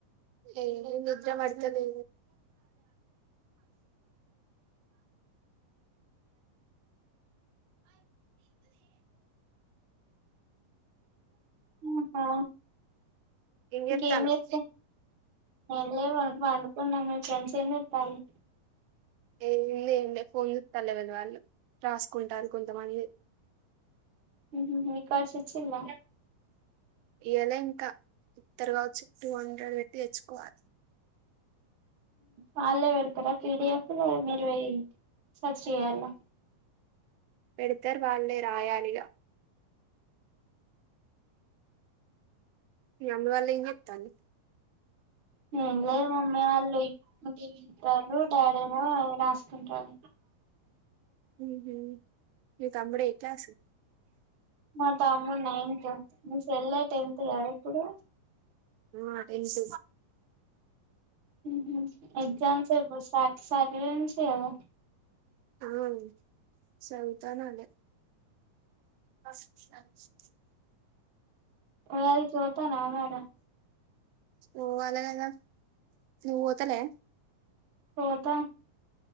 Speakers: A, on the right; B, on the right.
A: ఏడ నిద్ర పడుతలేదు.
B: ఆహా
A: ఏం చేత్తానవ్
B: ఇకేం చేస్త ఏం లే పండు కున్న. మీ ఫ్రెండ్స్ ఏం చేస్తాన్లు
A: ఏం లే ఏం లే ఫోన్ చూస్తున్నార ఎవరిదీ వాళ్ళు రాసుకుంటరు కొంతమంది
B: హ్ హ్మ్ రికార్డ్స్ ఇచ్చిల్లా
A: ఇయ్యలే ఇంకా ఇత్తరు కావచ్చు టూ హండ్రెడ్ పెట్టి తెచ్చుకోవా
B: వాళ్ళే పెడతారా పిడిఎఫ్ లో మీరు పోయి సర్చ్ చేయాలా
A: పెడ్తరు వాళ్ళే రాయాలిగ మీ మమ్మీ వాల్ ఏం చెత్తన్లు
B: ఎం లే మమ్మీ వాళ్ళు ఇద్దరు డాడీ ఏమో రాస్ కుంటాడు.
A: హ్ మ్ మీ తమ్ముడు ఏ క్లాస్
B: మా తమ్ముడు నైన్త్ మీ చెల్లె టెన్త్ కదా ప్పుడు
A: ఆ టెన్త్
B: మ్ హ్ ఎగ్జామ్స్ సాట్ సాటర్డే నుంచే కదా
A: అవును సాధుతే అనాలే <inaudible>
B: <inaudible> పోయి తాన్నవా మరి
A: ఓ అలాగలా నువ్వు పోతలే
B: పోత